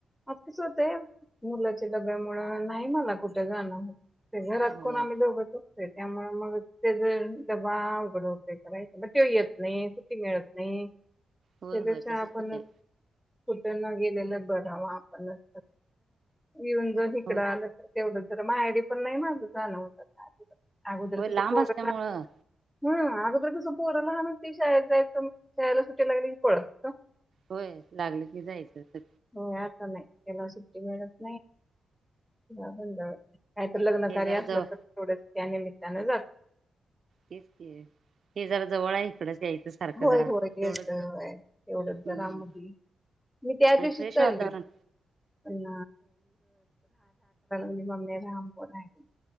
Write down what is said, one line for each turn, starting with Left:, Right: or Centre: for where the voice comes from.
Centre: असंच होतंय मुलाच्या डब्यामुळे नाही मला कुठे जाणं होत. ते घरात
Right: होय
Centre: कोण आम्ही दोघच असतो. त्यामुळे मग त्या ज डबा उघड उ करायचं मग ते येत नाही सुट्टी मिळत नाही.
Right: होय
Centre: त्यापेक्षा
Right: होय तसच
Centre: आपणच?
Right: होतय
Centre: कुठं न गेलेला बरावा आपणच. येऊन जाऊन इकडं
Right: होय
Centre: आलं तर तेवढंच. तर माहेरी पण नाही माझं जाणं होत माझं आता. अगोदर
Right: होय लांब
Centre: कसं पोराला
Right: असल्यामुळं
Centre: लहान हम्म अगोदर कसं पोर लहान असती शाळेत जायचं शाळेला सुट्या लागलं कि पळत होतो.
Right: होय लागलं की जायचं सु
Centre: होय आता नाही त्याला सुट्टी मिळत <unintelligible> काय तर लग्नकार्य
Right: हे जरा
Centre: असलं
Right: जवळ
Centre: तर तेवढंच. त्या निमित्तानं जा
Right: तेच कि हे जरा जवळ आहे इकडच यायचं. सारखं
Centre: होय
Right: जरा
Centre: होय
Right: तेवढंच
Centre: येतोय. व्हय एवढच
Right: हम्म
Centre: जरा मुगी मी त्या
Right: आणि
Centre: दिवशीच
Right: फ्रेश
Centre: चालली
Right: वातावरण
Centre: होती. पण <unintelligible>